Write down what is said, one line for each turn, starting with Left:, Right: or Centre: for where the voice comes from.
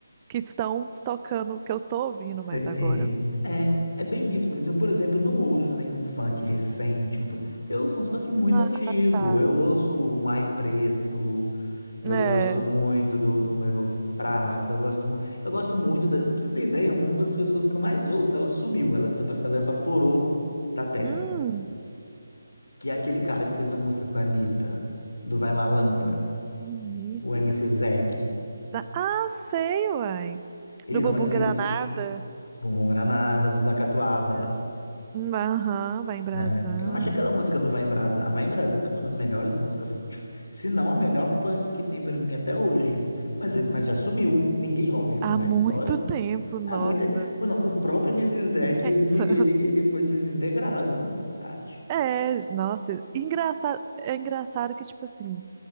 Right: que estão tocando, que eu tô ouvindo mais
Left: Sei.
Right: agora.
Left: É, é bem isso mesmo. Eu, por exemplo, não ouço nenhum funk recente. não funk- Eu ouço uns funk muito
Right: Ah,
Left: antigo.
Right: tá.
Left: Eu ouço um Ai Preto. Eu
Right: É.
Left: gosto muito do, do Evoque Prata. Eu gosto, mu- eu gosto muito. Da... Pra você ter ideia, uma das pessoas que eu mais ouço, ela sumiu, ela desapareceu, ela evaporou da terra.
Right: Hum,
Left: Que é aquele cara que fez uma música com a Anitta, do Vai Malandra,
Right: bonita.
Left: o MC Zeke.
Right: Tá. Ah, sei, uai.
Left: Ele
Right: Do
Left: não
Right: Bumbum
Left: existe.
Right: Granada.
Left: Bumbum Granada, do da Catuaba.
Right: Ah, Hum, Aham, vai embrasando.
Left: né? Eu acho aquela música do Vai Embrasar, Vai Embrasando é uma das melhores músicas, que, tipo, se não a melhor funk que tem pra mim até hoje. Mas, mas já sumiu. Ninguém ouve isso
Right: Há
Left: mais,
Right: muito
Left: só eu.
Right: tempo, nossa.
Left: Ah, muita... Não,
Right: uns
Left: o próprio MC
Right: <laughs>
Left: Zec,
Right: 10
Left: ele,
Right: anos.
Left: ele, ele foi desintegrado da humanidade.
Right: É, nossa, engraçado, é engraçado que, tipo assim,